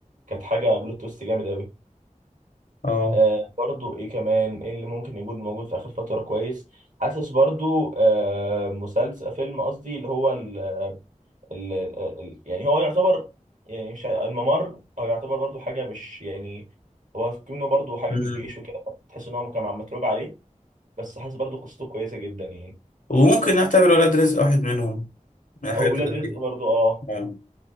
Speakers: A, on the right; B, on the left.
A: كانت حاجه بلوت تويست جامد قوي
B: اه
A: آه برضو ايه كمان ايه اللي ممكن يكون موجود في اخر فتره كويس حاسس برضو آه مسلسل فيلم قصدي اللي هو ال ال ال- يعني هو يعتبر يعني مش ع- الممر او يعتبر برضو حاجه مش يعني هو كأنه برضو حاجه
B: مم.
A: في الجيش وكده تحس ان هو كان عم متعوب عليه بس حاسس برضو قصته كويسه جدا يعني
B: وممكن نعتبر ولاد رزق واحد منهم من الحاجات
A: او ولاد
B: اللطيفة
A: رزق برضو اه
B: آه.